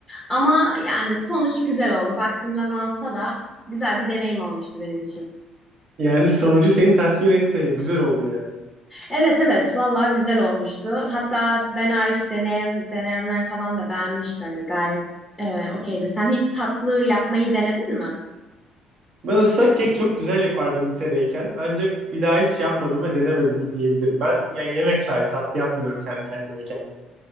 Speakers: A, in the centre; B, on the right.
A: Ama yani sonuç güzel oldu. Vaktimden alsa da güzel bir deneyim olmuştu benim için.
B: Yani sonucu seni tatmin etti. Güzel oldu yani.
A: Evet evet vallahi güzel olmuştu. Hatta ben hariç deneyen, deneyenler falan da beğenmişti hani gayet e, okeydi. Sen hiç tatlı yapmayı denedin mi?
B: Ben ıslak kek çok güzel yapardım lisedeyken. Ancak bir daha hiç yapmadım ve denemedim de diyebilirim. Ben ya yemek sayesinde tatlı yapmıyorum kendi kendimeyken.